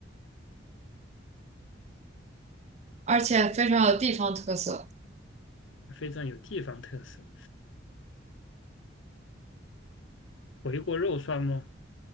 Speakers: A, on the right (about 35°); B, on the left (about 80°).
A: 而且非常有地方特色，
B: 非常有地方特色。回锅肉算吗？